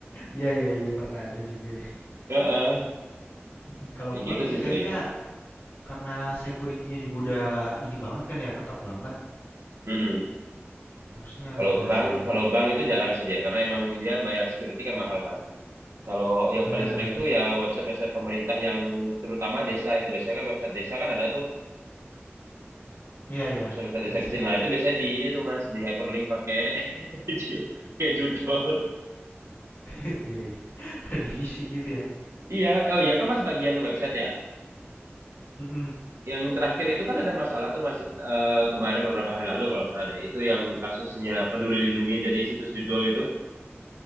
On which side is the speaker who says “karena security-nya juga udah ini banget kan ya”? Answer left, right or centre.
Left